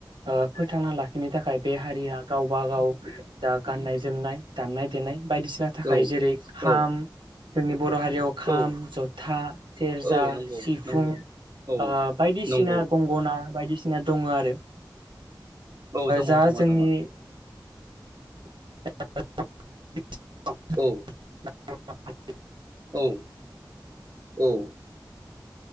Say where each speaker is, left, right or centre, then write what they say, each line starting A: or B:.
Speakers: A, on the right (about 80°); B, on the right (about 50°).
A: फोथा फोथांना लाखिनो थाखाय बे हारिया गावबा गाव जा गाननाय जोमनाय दामनाय देनाय बायदिसिना थाखाय
B: औ
A: जेरै खाम
B: औ
A: जोंनि बर' हारियाव खाम
B: औ
A: जथा सेरजा
B: औ नंगौ
A: सिफुं
B: नंगौ औ
A: ओ बायदिसिना
B: नंगौ
A: गंगना बायदिसिना सिना दङ आरो।
B: औ दङ
A: जा
B: दङ
A: जोंनि
B: दङ
A: <unintelligible>
B: औ
A: <unintelligible>
B: औ औ